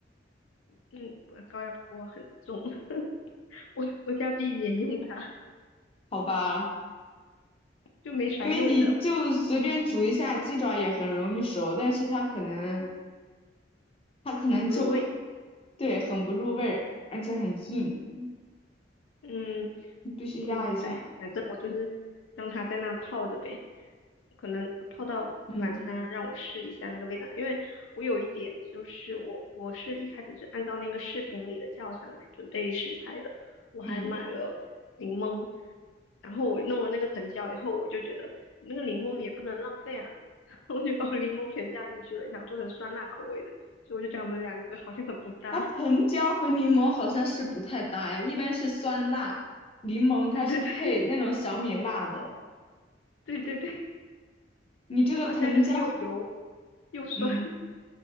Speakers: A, on the left (about 80°); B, on the left (about 30°).
A: 嗯，我高压锅很重，<laughs> 我我家避免用它，
B: 好吧？
A: 就没啥用的，
B: 因为你就随便煮一下鸡爪也很容易熟，
A: 我觉得
B: 但是它可能它可能就
A: 不入味。
B: <laughs> 对很不入味儿，而且很硬，
A: 嗯
B: 你必须压一下。
A: 嗯，对，反正我就是让它在那泡着呗，可能泡到晚餐让我试一下那个味道，
B: 嗯
A: 因为我有一点就是我我是一开始是按照那个视频里的教程来准备食材的，我还买了柠檬，
B: 嗯，
A: 然后我弄了那个藤椒以后，我就觉得那个柠檬也不能浪费啊，<laughs> 我就把我柠檬全加进去了，想做成酸辣口味的，所以我就觉得我们两个好像很不搭，
B: 那藤椒和柠檬好像是不太搭哎，一般是酸辣，柠檬它是配那种小米辣的。
A: <laughs> 对对对 <laughs> 对对对，<laughs>
B: 你这个藤椒，
A: 然后现在就是又油。又酸，
B: 嗯，